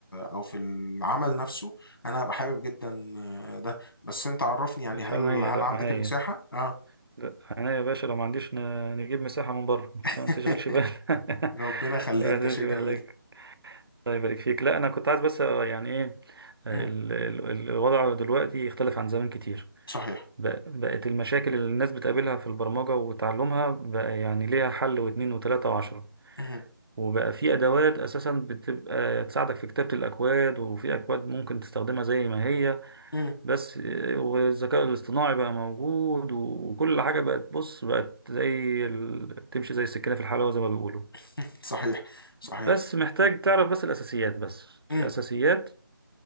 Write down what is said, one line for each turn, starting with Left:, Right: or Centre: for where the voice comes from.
Left: او في العمل نفسه انا هبقى حابب جدا آه، ده بس انت عرفني يعني
Right: باشا
Left: هل
Right: عينيا
Left: هل
Right: لا
Left: عندك
Right: عينيا
Left: المساحة اه
Right: لا عينيا يا باشا لو ما عنديش ن- نجيب مساحة من بره
Left: <laughs>
Right: فما تشغلش بالك <laughs>
Left: ربنا يخليك
Right: لا،
Left: ده
Right: تمشي
Left: شيء جميل
Right: بالك. الله يبارك فيك لا انا كنت عايز بس آه، يعني ايه آه،
Left: امم
Right: ال- ال- الوضع دلوقتي اختلف عن زمان كتير
Left: صحيح
Right: بق- بقت المشاكل اللي الناس بتقابلها في البرمجة وتعلمها بقى يعني ليها حل واتنين وتلاتة وعشرة
Left: امم
Right: وبقى في ادوات اساسا بتبقى تساعدك في كتابة الاكواد وفي اكواد ممكن تستخدمها زي ما هي
Left: امم
Right: بس آه، والذكاء الاصطناعي بقى موجود وكل حاجة بقت بص بقت زي ال- تمشي زي السكينة في الحلاوة زي ما بيقولوا
Left: <laughs> صحيح صحيح
Right: بس محتاج تعرف بس الأساسيات بس
Left: امم
Right: الأساسيات